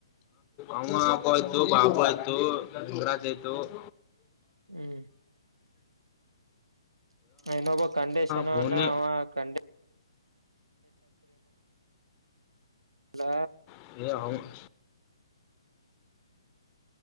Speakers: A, on the left; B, on the right.
A: ಅಮ್ಮ ಅಪ್ಪ ಆಯ್ತು ಬಾಪು ಆಯ್ತು ಗುರಾಜ್ ಆಯ್ತು ತ <inaudible>
B: ಹ್ಮ್ ಇನೊಬ್ಬ ಕಾಂಡೆಷನ್
A: ಫೋನೆ
B: ಅವ ಕಾಂಡೆ ಹ
A: ಹ